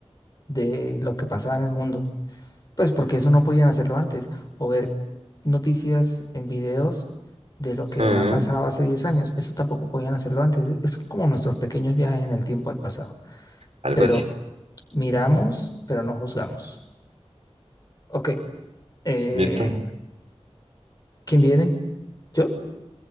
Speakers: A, on the left; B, on the right.
A: de lo que pasaba en el mundo, pues porque eso no podían hacerlo antes, o ver noticias en videos de lo que
B: Mm,
A: ha pasado hace 10 años, eso tampoco podían hacerlo antes, es es como nuestros pequeños viajes en el tiempo al pasado,
B: algo
A: pero
B: así.
A: miramos, pero no juzgamos. Ok, eh,
B: Listo.
A: ¿quién viene? ¿Yo?